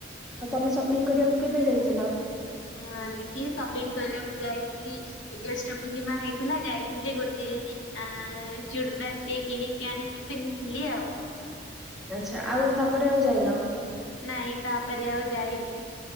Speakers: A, in the centre; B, on the left.
A: ଆଉ ତମେ ସପିଂ
B: ଆଜ୍ଞା ଦିଦି
A: କରିବାକୁ କେବେ ଯାଇଥିଲ?
B: ଆଁ ଦିଦି ସପିଂ କରିବା ମୁଁ ଯାଇଥିଲି ଜ୍ୟେଷ୍ଠ ପୂର୍ଣ୍ଣିମା ହେଇଥିଲା ଯାଇଥିଲି। ଗୋଟେ ଆ ଚୁଡ଼ଦାର ଟେ କିଣିକି ଆଣିକି ପିନ୍ଧିଥିଲି ଆଉ।
A: ଆଛା, ଆଉ ତାପରେ ଆଉ ଯାଇନ?
B: ନାଇଁ ତାପରେ ଆଉ ଯାଇନି।